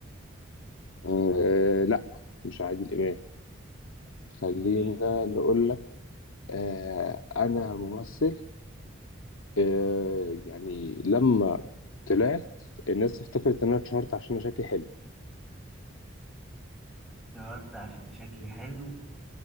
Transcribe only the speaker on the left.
آه، لأ مش عادل إمام خلينا
نقول لك آه، أنا ممثل آه يعني لما طلعت الناس افتكرت ان انا اتشهرت عشان انا شكلي حلو